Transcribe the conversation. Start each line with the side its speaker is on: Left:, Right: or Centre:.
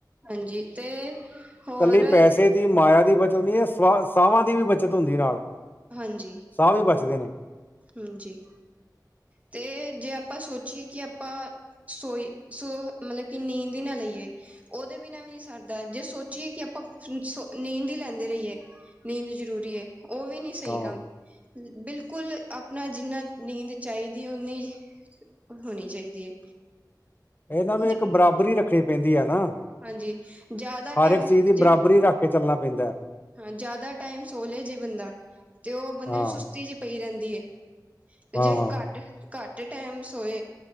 Right: ਹਾਂਜੀ ਤੇ ਹੋਰ।
Left: ਕੱਲੀ ਪੈਸੇ ਦੀ ਮਾਇਆ ਦੀ ਬੱਚਤ ਨਹੀਂ ਹੈ ਸ ਸਵਾਂ ਦੀ ਵੀ ਬੱਚਤ ਹੁੰਦੀ ਨਾਲ।
Right: ਹਾਂਜੀ।
Left: ਸਾਹ ਵੀ ਬਚਦੇ ਨੇ।
Right: ਹਾਂਜੀ, ਤੇ ਜੇ ਆਪਾਂ ਸੋਚੀਏ ਕਿ ਆਪਾਂ। ਸੋਈ ਸੋ ਮਤਲਬ ਕਿ ਨੀਂਦ ਹੀ ਨਾ ਲਈਏ। ਉਹਦੇ ਬਿਨਾ ਵੀ ਨਹੀਂ ਸਰਦਾ ਜੇ ਸੋਚੀਏ ਕਿ ਆਪਾਂ ਨੀਂਦ ਹੀ ਲੈਂਦੇ ਰਹੀਏ। ਨੀਂਦ ਜ਼ਰੂਰੀ ਹੈ, ਉਹ ਵੀ ਨਹੀਂ ਸਹੀ
Left: ਹਾਂ
Right: ਕੰਮ ਬਿਲਕੁਲ। ਆਪਣਾ ਜਿਨਾ ਨੀਂਦ ਚਾਹੀਦੀ, ਉਨੀ ਹੋਣੀ ਚਾਹੀਦੀ ਹੈ।
Left: ਇਹਨਾਂ ਨੂੰ
Right: ਜੇ
Left: ਇੱਕ
Right: ਬੰਦਾ
Left: ਬਰਾਬਰੀ ਰੱਖਣੀ ਪੈਂਦੀ ਹੈ ਨਾ।
Right: ਹਾਂਜੀ ਜ਼ਿਆਦਾ
Left: ਹਰ
Right: ਟੈਮ
Left: ਇੱਕ ਚੀਜ਼ ਦੀ
Right: ਜੇ।
Left: ਬਰਾਬਰੀ ਰੱਖ ਕੇ ਚੱਲਣਾ ਪੈਂਦਾ।
Right: ਹਾਂ ਜ਼ਿਆਦਾ ਟਾਈਮ ਸੋ ਲੈ ਜੇ ਬੰਦਾ ਤੇ ਉਹ ਬੰਦੇ
Left: ਹਾਂ
Right: ਨੂੰ ਸੁਸਤੀ ਜਿਹੀ ਪਈ ਰਹਿੰਦੀ ਹੈ ਤੇ
Left: ਹਾਂ
Right: ਜੇ
Left: ਹਾਂ
Right: ਘੱਟ। ਘੱਟ ਟੈਮ ਸੋਏ